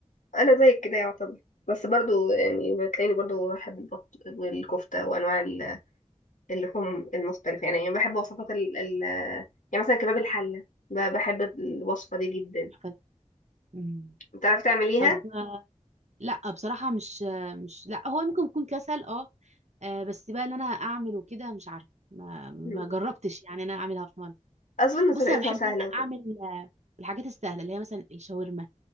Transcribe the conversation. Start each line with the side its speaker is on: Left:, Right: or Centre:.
Left: انا زيك كده يعتبر بس برضو يعني بتلاقيني برضو بحب البط والكفتة وانواع ال- اللحوم المختلفة يعني يعني بحب وصفات ال ال يعني مثلا كباب الحلة ب- بحب الوصفة دي جدا
Right: تحفة. مم.
Left: بتعرفي تعمليها؟
Right: طب آه، لا بصراحه مش آه، مش لا هو ممكن يكون كسل اه آه، بس بقى اللي انا اعمله كده مش عارفه ما ما
Left: مم.
Right: جربتش يعني إن انا اعملها في مره
Left: اظن
Right: بص
Left: طريقتها
Right: انا بحب
Left: سهلة
Right: ان انا
Left: وكده
Right: اعمل آه، الحاجات السهله اللي هي مثلا الشاورما